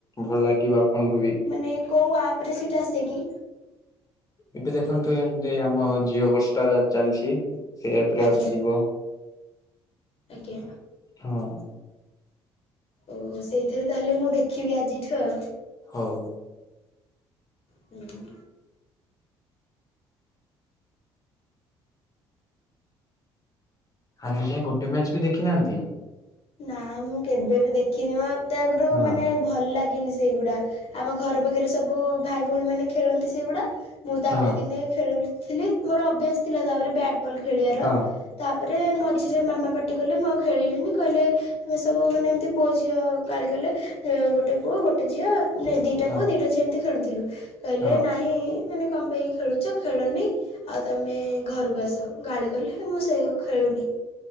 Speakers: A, on the left; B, on the left.
A: ଭଲ୍ ଲାଗିବ ଆପଣଙ୍କୁ ବି।
B: ମାନେ କୋଉ ଆପ୍ ରେ ସେଇଟା ଆସେ କି?
A: ଏବେ ଦେଖନ୍ତୁ ଏମ୍ ତି ଆମ ଜିଓ ହୋଷ୍ଟା ଚାଲିଛି ସେ ଆପ୍ ରେ
B: ଆଜ୍ଞା
A: ଆସିଯିବ
B: ଆଜ୍ଞା।
A: ହଁ।
B: ଓହୋ ସେଇଥିରେ ତାହେଲେ ମୁଁ ଦେଖିବି ଆଜିଠୁ ଆଉ।
A: ହଉ।
B: ହୁଁ।
A: ଆଜି ଯାଏ ଗୋଟେ ମ୍ୟାଚ୍ ବି ଦେଖି ନାହାନ୍ତି?
B: ନା ମୁଁ କେବେ ବି ଦେଖିନି ମତେ ଆଗୁରୁ
A: ହଁ
B: ମାନେ ଭଲ୍ ଲାଗେନି ସେଇଗୁଡା। ଆମ ଘର ବଜାରେ ସବୁ ଭାଇ, ଭଉଣୀ ମାନେ ଖେଳନ୍ତି ସେଇଗୁଡା ମୁଁ ତାପରେ
A: ହଁ
B: ଦିନେ ଖେଳୁଥିଲି ମୋର ଅଭ୍ୟାସ୍ ଥିଲା ତାପରେ ବ୍ୟାଟ୍ ବଲ୍ ଖେଳିବାର
A: ହଁ
B: ତାପରେ ମଝିରେ ମାମା ପାଟି କହିଲେ ମୁଁ ଆଉ ଖେଳିଲିନି କହିଲେ ତୁମେ ସବୁ ମାନେ ଏମ୍ତି ପୁଅ ଝି ଅ ଗାଳି କଲେ ଏ ଗୋଟେ ପୁଅ ଗୋଟେ ଝିଅ ଏଁ ଦୁଇଟା
A: ହଁ
B: ପୁଅ ଦୁଇଟା ଝିଅ ଏମିତି ଖେଳୁଥିଲୁ। କହିଲେ
A: ହଁ
B: ନାଇଁ ମାନେ ଙ୍କ ପାଇଁ ଖେଳୁଛ ଖେଳନି ଆଉ ତମେ ଘରକୁ ଆସ ଗାଳି କଲେ ମୁଁ ସେଉ ଖେଳୁନି।